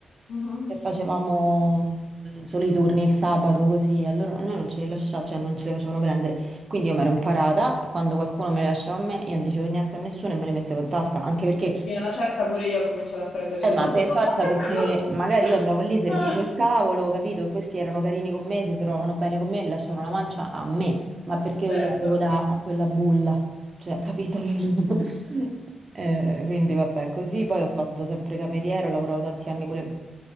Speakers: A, on the left; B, on the right.
A: Mhm.
B: che facevamo eh, solo i turni il sabato così, a loro- a noi non ce li lasciavano, cioè non ce li facevano prendere, quindi io mi ero imparata, quando qualcuno me le lasciava a me, io non dicevo niente a nessuno e me le mettevo in tasca, anche perché
A: Sì, una certa pure io ho cominciato a prendere
B: eh,
A: tipo
B: ma
A: sotto
B: per forza,
A: banco.
B: perché magari
A: <laughs>
B: io andavo lì, servivo
A: Ah,
B: il tavolo, capito? E questi erano carini con me, si trovavano bene con me e lasciavano la mancia a me, ma perché
A: Certo.
B: io gliela devo dare a quella bulla, cioè, capito? <laughs> Eh, quindi vabbè, così poi ho fatto sempre cameriera, ho lavorato tanti anni pure